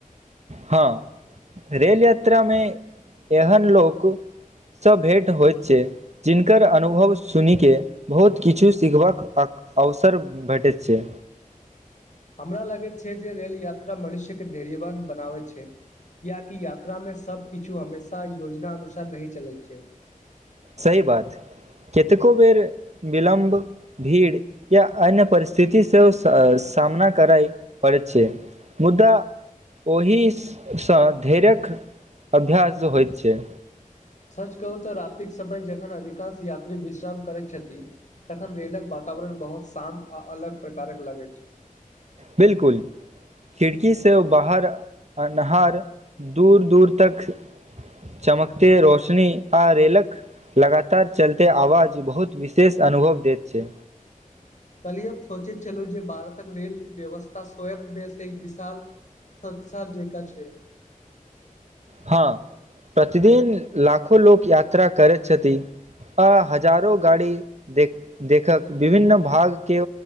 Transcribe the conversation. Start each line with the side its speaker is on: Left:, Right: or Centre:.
Right: हँ रेल यात्रा में एहन लोक सब भेंट होइत छै जिनकर अनुभव सुनिके बहुत किछु सिखबाक अक अवसर भेटैत छै
Left: हमरा लगै छै जे रेल यात्रा मनुष्य के धैर्यवान बनाबै छै कियाकि यात्रामे सब किछु हमेशा योजना अनुसार नहि चलैत छै
Right: सही बात कतेको बेर विलम्ब भीड़ या अन्य परिस्थिति सेहो स सामना करइ पड़ै छै मुद्दा ओहिसँ धैरक अभ्यास होइत छै
Left: सच कहु तऽ रातिक समय जखन अधिकांश यात्री विश्राम करैत छथि तखन रेलक वातावरण बहुत शान्त आ अलग प्रकारक लगैत छैय
Right: बिल्कुल खिड़की से बाहर अन्हार दूर दूर तख चमकते रोशनी आ रेलक लगातार चलते आवाज बहुत विशेष अनुभव दैत छै
Left: कल्हि हम सोचैत छलहु जे भारतक रेल व्यवस्था स्वयस एक विशाल संसार जेका छैय
Right: हँ प्रतिदिन लाखो लोक यात्रा करैत छथि आ हजारो गाड़ी देख देखक विभिन्न भाग के